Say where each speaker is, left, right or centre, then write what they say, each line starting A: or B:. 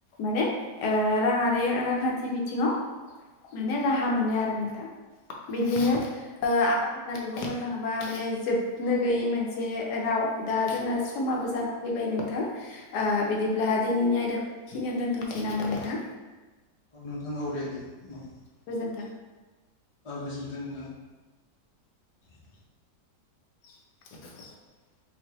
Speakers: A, on the left (about 70°); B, on the left (about 30°).
A: माने एबा <unintelligible> राङारि, रांखान्थि बिथिङाव माने राहा मोनो आरो नोंथां। बिदिनो ओ आबाद होननानै बुंनो थाङोबा माने जोबनो गैयै मोनसे राव। दा जोंना समाबो जाना फैबाय नोंथां ओ बिदिब्ला दिनैनि आयदाखौ खिनियानो दोनथ'सै नामा नोंथां?
B: औ नोंथां औव दे। औ
A: गोजोन्थों।
B: औ गोजोनथों नोंथां। <inaudible>
A: ़ <inaudible>